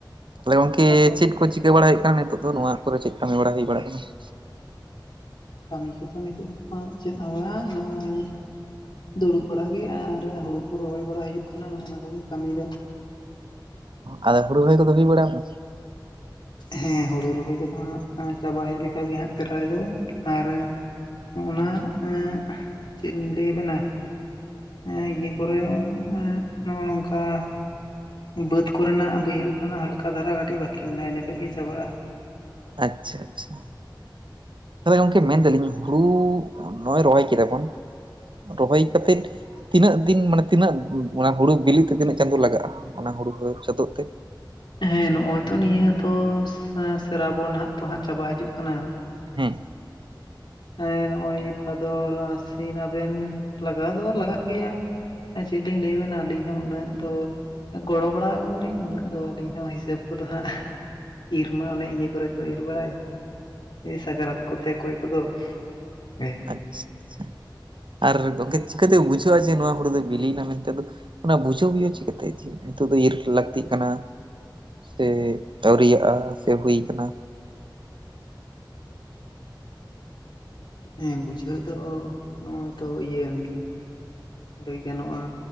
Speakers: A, on the right; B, on the left.
A: ᱛᱟᱞᱮ ᱜᱚᱢᱠᱮ
B: ᱟᱫᱚ
A: ᱪᱮᱫ ᱠᱚ ᱪᱤᱠᱟᱹ ᱵᱟᱲᱟ ᱦᱩᱭᱩᱜ ᱠᱟᱱᱟ ᱱᱤᱛᱳᱜ ᱫᱚ ᱱᱚᱣᱟ ᱟᱛᱳ ᱨᱮ ᱪᱮᱫ ᱠᱟᱹᱢᱤ ᱵᱟᱲᱟ ᱦᱳᱭ ᱵᱟᱲᱟᱜ ᱠᱟᱱᱟ ᱾
B: ᱠᱟᱹᱢᱤ ᱠᱚ ᱫᱚ ᱱᱤᱛᱳᱜ ᱫᱚ ᱦᱟᱸᱜ ᱪᱮᱫ ᱦᱚᱸ ᱵᱟ ᱱᱚᱜᱼᱚᱭ ᱾ ᱫᱩᱲᱩᱵ ᱵᱟᱲᱟ ᱜᱮ ᱟᱨ ᱦᱩᱲᱩ ᱠᱚ ᱨᱚᱦᱚᱭ ᱵᱟᱲᱟ ᱦᱩᱭᱩᱜ ᱠᱟᱱᱟ ᱱᱚᱜᱼᱱᱟ ᱠᱚ ᱜᱮ ᱠᱟᱹᱢᱤ ᱫᱚ ᱾
A: ᱟᱫᱚ ᱦᱩᱲᱩ ᱨᱚᱦᱚᱭ ᱠᱚ ᱫᱚ ᱦᱩᱭ ᱵᱟᱲᱟ ᱠᱟᱱᱟ?
B: ᱦᱮᱸ ᱦᱩᱲᱩ ᱨᱚᱦᱚᱭ ᱠᱚ ᱫᱚ ᱦᱟᱸᱜ ᱪᱟᱵᱟ ᱦᱮᱡ ᱞᱮᱠᱟᱜᱮ ᱦᱟᱸᱜ ᱯᱨᱟᱭ ᱫᱚ ᱟᱨ ᱚᱱᱟ ᱮᱸ ᱪᱮᱫ ᱤᱧ ᱞᱟᱹᱭ ᱟᱵᱮᱱᱟ ᱾ ᱮᱸ ᱤᱭᱟᱹ ᱠᱚᱨᱮ ᱱᱚᱜᱼᱱᱚᱝᱠᱟ ᱾ ᱵᱟᱹᱫᱽ ᱠᱚᱨᱮᱱᱟᱜ ᱵᱟᱹᱭᱦᱟᱹᱲ ᱠᱚᱨᱮᱱᱟᱜ ᱦᱟᱞᱠᱟ ᱫᱷᱟᱨᱟ ᱠᱟᱹᱴᱤᱡ ᱵᱟᱹᱠᱤ ᱢᱮᱱᱟᱜᱼᱟ ᱤᱱᱟᱹ ᱠᱷᱟᱡ ᱜᱮ ᱪᱟᱵᱟᱜᱼᱟ ᱾
A: ᱟᱪᱪᱷᱟ ᱟᱪᱪᱷᱟ, ᱛᱚᱵᱮ ᱜᱚᱢᱠᱮ ᱢᱮᱱ ᱫᱟᱞᱤᱧ ᱦᱩᱲᱩ ᱱᱚᱜᱼᱚᱭ ᱨᱚᱦᱚᱭ ᱠᱮᱫᱟ ᱵᱚᱱ ᱾ ᱨᱚᱦᱚᱭ ᱠᱟᱛᱮᱫ ᱛᱤᱱᱟᱹᱜ ᱫᱤᱱ ᱢᱟᱱᱮ ᱛᱤᱱᱟᱹᱜ ᱚᱱᱟ ᱦᱩᱲᱩ ᱵᱤᱞᱤ ᱛᱮ ᱛᱤᱱᱟᱹᱜ ᱪᱟᱸᱫᱳ ᱞᱟᱜᱟᱜᱼᱟ, ᱚᱱᱟ ᱦᱩᱲᱩ ᱪᱟᱫᱚᱜ ᱛᱮ?
B: ᱦᱮᱸ, ᱱᱚᱜ-ᱚᱭ ᱛᱚ ᱱᱤᱭᱟᱹ ᱫᱚ ᱥᱨᱟᱵᱚᱱ ᱦᱟᱸᱜ ᱛᱚ ᱦᱟᱸᱜ ᱪᱟᱵᱟ ᱦᱤᱡᱩᱜ ᱠᱟᱱᱟ ᱾
A: ᱦᱩᱸ,
B: ᱮᱸ ᱱᱚᱜᱼᱚᱭ ᱵᱷᱟᱫᱚᱨ ᱟᱥᱤᱱ ᱟᱵᱮᱱ ᱞᱟᱜᱟᱣ ᱫᱚ ᱞᱟᱜᱟᱜ ᱜᱮᱭᱟ᱾ ᱮᱸ ᱪᱮᱜ ᱞᱤᱧ ᱞᱟᱹᱭ ᱵᱤᱱᱟ ᱟᱹᱞᱤᱧ ᱦᱚᱸ ᱩᱱᱟᱹᱜ ᱫᱚ ᱜᱚᱲᱚ ᱵᱟᱲᱟ ᱠᱚᱞᱤᱧ ᱩᱱᱟᱹᱜ ᱫᱚ ᱟᱹᱞᱤᱧ ᱦᱚᱸ ᱦᱤᱥᱟᱹᱵᱽ ᱠᱚ ᱫᱚ ᱦᱟᱸᱜ ᱾ ᱤᱨ ᱢᱟ ᱚᱱᱮ ᱤᱭᱟᱹ ᱠᱚᱨᱮ ᱠᱚ ᱤᱨ ᱵᱟᱲᱟᱭ ᱥᱟᱠᱨᱟᱛ ᱠᱚᱛᱮ ᱚᱠᱚᱭ ᱠᱚ ᱫᱚ ᱾ <unintelligible>
A: ᱟᱪᱪᱷᱟ ᱟᱪᱪᱷᱟ, ᱟᱨ ᱜᱚᱝᱠᱮ ᱪᱤᱠᱟᱹᱛᱮ ᱵᱩᱡᱷᱟᱹᱜᱼᱟ ᱡᱮ ᱱᱚᱣᱟ ᱦᱩᱲᱩ ᱫᱚ ᱵᱤᱞᱤᱭᱱᱟ ᱢᱮᱱᱛᱮ ᱫᱚ? ᱚᱱᱟ ᱵᱩᱡᱷᱟᱹᱣ ᱜᱮᱭᱟ ᱪᱤᱠᱟᱹᱛᱮ ᱡᱮ ᱱᱤᱛᱚᱜ ᱫᱚ ᱤᱨ ᱞᱟᱹᱠᱛᱤᱜ ᱠᱟᱱᱟ? ᱥᱮ ᱟᱹᱣᱨᱤᱭᱟᱜᱼᱟ ᱥᱮ ᱦᱩᱭ ᱠᱟᱱᱟ?
B: ᱦᱮᱸ ᱵᱩᱡᱷᱟᱹᱣ ᱫᱚ ᱱᱚᱜᱼᱚᱭ ᱛᱚ ᱤᱭᱟᱹ ᱞᱟᱹᱭ ᱜᱟᱱᱚᱜᱼᱟ